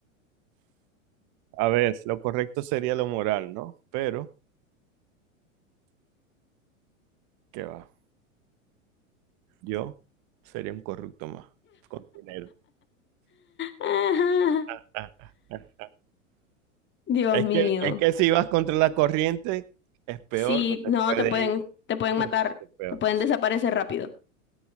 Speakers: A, on the right; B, on the left.
A: a ver, lo correcto sería lo moral, ¿no? Pero, ¿qué va? Yo sería un corrupto más, con dinero.
B: <laughs> Ajá.
A: <laughs>
B: Dios
A: Es
B: mío.
A: que, es que si vas contra la corriente, es peor
B: Sí,
A: o te
B: no,
A: puede
B: te pueden,
A: ir
B: te pueden
A: incluso
B: matar,
A: peor.
B: te pueden
A: Sí,
B: desaparecer rápido.